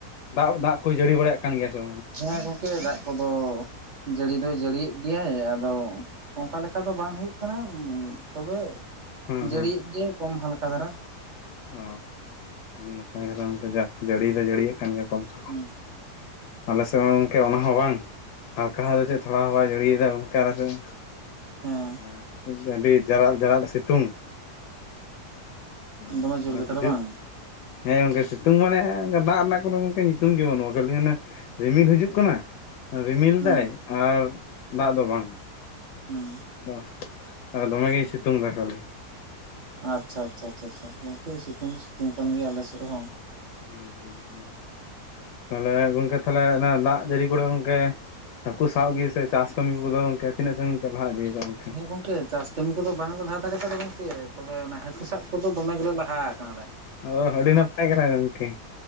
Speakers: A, on the left; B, on the right.
A: ᱫᱟᱜ ᱫᱟᱜ ᱠᱚᱭ ᱡᱟᱹᱲᱤ ᱵᱟᱲᱟᱭᱮᱜ ᱠᱟᱱ ᱜᱮᱭᱟ ᱥᱚ
B: ᱦᱮᱸ ᱜᱚᱝᱠᱮ ᱫᱟᱜ ᱠᱚᱫᱚ ᱡᱟᱹᱲᱤ ᱫᱚᱭ ᱡᱟᱹᱲᱤᱭᱮᱫ ᱜᱮᱭᱟᱭ ᱟᱫᱚ ᱚᱝᱠᱟ ᱞᱮᱠ ᱠᱟ ᱫᱚ ᱵᱟᱝ ᱦᱩᱭᱩᱜ ᱠᱟᱱᱟ ᱩᱸ ᱛᱚᱵᱮ
A: ᱦᱮᱸ
B: ᱡᱟᱹᱲᱤᱭᱮᱫ
A: ᱦᱮᱸ
B: ᱜᱮᱭᱟᱭ ᱠᱚᱢ ᱦᱟᱞᱠᱟ ᱫᱷᱟᱨᱟ᱾
A: ᱚ ᱱᱟᱯᱟᱭ ᱠᱟᱛᱟ ᱜᱚᱝᱠᱮ ᱡᱟᱠ ᱡᱟᱹᱲᱤ ᱫᱚᱭ ᱡᱟᱹᱲᱤᱭᱟᱜ ᱠᱟᱱ ᱜᱮᱭᱟ ᱠᱚᱢ ᱥᱮ ᱠᱚᱢ,
B: ᱦᱩᱸ
A: ᱟᱞᱮ ᱥᱮᱜ ᱢᱟ ᱜᱚᱝᱠᱮ ᱚᱱᱟ ᱦᱚᱸ ᱵᱟᱝ ᱦᱟᱞᱠᱟ ᱦᱟᱣᱟ ᱪᱮᱫ ᱛᱷᱚᱲᱟ ᱦᱚᱸ ᱵᱟᱭ ᱡᱟᱹᱲᱤᱭᱮᱫᱟ ᱜᱚᱝᱠᱮ ᱟᱞᱮ ᱥᱮᱜ ᱾
B: ᱦᱮᱸ
A: ᱚᱱᱟ ᱟᱹᱰᱤ ᱡᱟᱨᱟᱞ ᱡᱟᱨᱟᱞ ᱥᱤᱛᱩᱝ, ᱢᱟᱱᱮ
B: ᱫᱚᱢᱮ ᱡᱳᱨ ᱜᱮ
A: ᱵᱩᱡᱷᱟᱹᱜ
B: ᱛᱟᱞᱦᱮ ᱵᱟᱝ?
A: ᱦᱮᱸ ᱜᱚᱝᱠᱮ ᱥᱤᱛᱩᱝ ᱢᱟᱱᱮ ᱫᱟᱜ ᱨᱮᱱᱟᱜ ᱠᱳᱱᱳ ᱜᱚᱝᱠᱮ ᱧᱩᱛᱩᱢ ᱜᱮ ᱵᱟᱹᱱᱩᱜ-ᱟ, ᱠᱷᱟᱹᱞᱤ ᱟᱱᱮ ᱨᱤᱢᱤᱞ ᱦᱤᱡᱩᱜ ᱠᱟᱱᱟ, ᱨᱤᱢᱤᱞ
B: ᱦᱩᱸ
A: ᱫᱟᱭ ᱟᱨ ᱫᱟᱜ ᱫᱚ ᱵᱟᱝ᱾
B: ᱦᱮᱸ᱾
A: ᱵᱟ ᱟᱨ ᱫᱚᱢᱮᱜᱮᱭ ᱥᱤᱛᱩᱝ ᱮᱫᱟ ᱠᱷᱟᱹᱞᱤ᱾
B: ᱟᱪᱪᱷᱟ ᱟᱪᱪᱷᱟ ᱪᱷᱟᱷᱟ ᱜᱚᱝᱠᱮ ᱥᱤᱛᱩᱝ ᱫᱚ ᱥᱤᱛᱩᱝ ᱠᱟᱱ ᱜᱮᱭᱟ ᱟᱞᱮᱥᱮᱫ ᱦᱚᱸ᱾
A: ᱦᱮᱸ ᱦᱮᱸ ᱦᱮᱸ ᱛᱟᱦᱞᱮ ᱜᱚᱝᱠᱮ ᱛᱟᱦᱞᱮ ᱫᱟᱜ ᱡᱟᱹᱲᱤ ᱠᱚᱨᱮ ᱜᱚᱝᱠᱮ ᱦᱟᱹᱠᱩ ᱥᱟᱵ ᱜᱮ ᱥᱮ ᱪᱟᱥ ᱠᱟᱹᱢᱤ ᱠᱚᱫᱚ ᱜᱚᱝᱠᱮ ᱛᱤᱱᱟᱹᱜ ᱥᱟᱺᱤᱧ ᱯᱮ ᱞᱟᱦᱟ ᱤᱫᱤᱭ ᱫᱟ ᱜᱚᱝᱠᱮ?
B: ᱦᱮᱸ ᱜᱚᱝᱠᱮ ᱪᱟᱥ ᱠᱟᱹᱢᱤ ᱠᱚᱫᱚ ᱵᱟᱝᱞᱮ ᱞᱟᱦᱟ ᱫᱟᱲᱮ ᱠᱟᱣᱫᱟ ᱜᱚᱝᱠᱮ ᱛᱚᱵᱮ ᱚᱱᱟ ᱦᱟᱹᱠᱩ ᱥᱟᱵ ᱠᱚᱫᱚ ᱫᱚᱢᱮ ᱜᱮᱞᱮ ᱞᱟᱦᱟ ᱟᱠᱟᱱᱟᱞᱮ
A: ᱚ ᱟᱹᱰᱤ ᱱᱟᱯᱟᱭ ᱠᱟᱛᱷᱟ ᱜᱚᱝᱠᱮ᱾